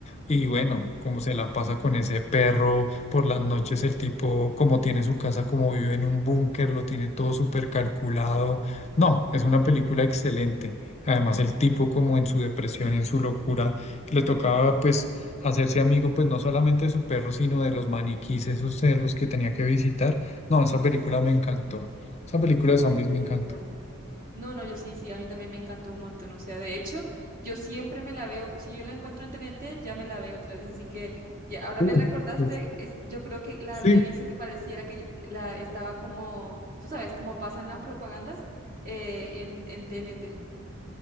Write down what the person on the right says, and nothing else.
no,
yo
igual. No, no, yo sí, sí, a mí también me encantó un montón. O sea, de hecho, yo siempre me la veo, si yo la encuentro en T N T ya me la veo otra vez. Así que ya, ahora
me recordaste,
es- yo creo que la
había visto que pareciera que la estaba como, tú sabes, como pasan las propagandas eh, en, en T N T